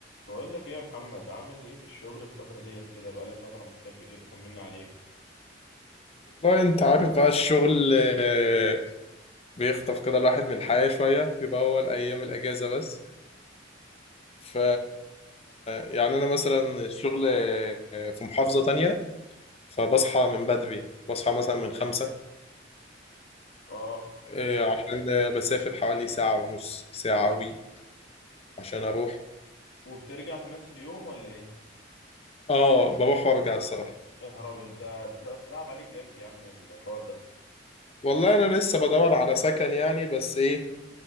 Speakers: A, on the left; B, on the left.
A: بقول لك ايه يا محمد عامل ايه في الشغل الفترة ديت كده بقالك فترة مختفي كده طمنا عليك
B: والله انت عارف بقى الشغل آه، بيخطف كده الواحد من الحياة شوية بيبقى هو الأيام الأجازة بس ف يعني أنا مثلا الشغل آه، في محافظة تانية فبصحى من بدري بصحى مثلا من خمسة
A: اه
B: آه، عشان آه، بسافر حوالي ساعة ونص ساعة وي عشان أروح
A: وبترجع في نفس اليوم ولا ايه
B: اه بروح وأرجع الصراحة
A: يا نهار ابيض ده ده تع- تعب عليك جامد يا عم الحوار ده
B: والله أنا لسه بدور على سكن يعني بس إيه